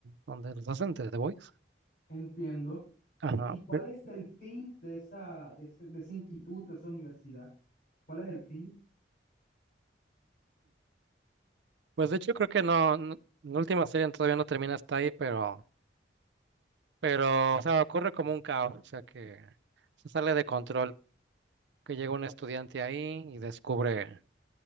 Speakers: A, on the right; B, on the left.
A: donde los hacen de The Boys.
B: entiendo.
A: Ajá.
B: ¿Y cuál
A: pe-
B: es el fin de esa, de ese, de ese instituto, de esa universidad? ¿Cuál es el fin?
A: Pues de hecho creo que no, no- la última serie todavía no termina hasta ahí, pero Pero, o sea, ocurre como un caos, o sea, que se sale de control, que llega un estudiante ahí y descubre